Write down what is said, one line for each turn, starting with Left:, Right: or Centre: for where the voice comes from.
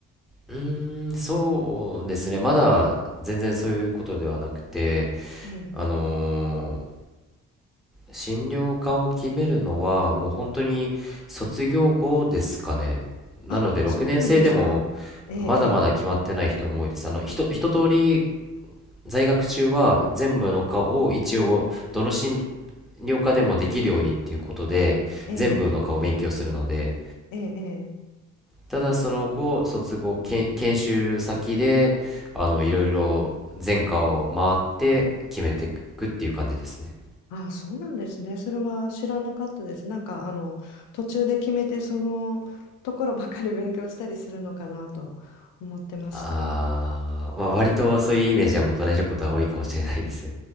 Centre: うーん、そうですね。まだ全然そういうことではなくて、
Left: ええ。
Centre: あのー診療科を決めるのはもう本当に卒業後ですかね。なので6年生でも
Left: あ、そうなんですか。ええ、
Centre: まだまだ決まってない人も多いです。あの、ひと、一通り在学中は全部の科を一応どの進量科でもできるようにっていうことで全部の科を勉強するので
Left: ええ、ええ、ええ。
Centre: ただその後卒後けん研修先であのいろいろ全科を回って決めていくっていう感じですね
Left: ああ、そうなんですね。それは知らなかったです。なんか、あの、途中で決めて、そのところばかり勉強したりするのかなと思ってました。
Centre: あー、まあ、割とそういうイメージは持たれることは多いかもしれないです